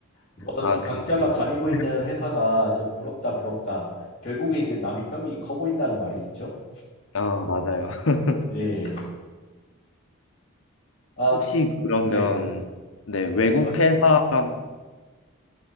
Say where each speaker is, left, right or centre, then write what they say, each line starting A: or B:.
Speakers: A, on the left; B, on the left.
A: 뭐,
B: 아, 근데,
A: 각자가 다니고
B: 이게-
A: 있는 회사가 이제 부럽다, 부럽다. 결국에 이제 남이 떡이 커 보인다는 말이 있죠.
B: 아, 맞아요. <laughs>
A: 예. 아,
B: 혹시 그러면,
A: 네.
B: 네, 외국
A: 말-
B: 회사여서,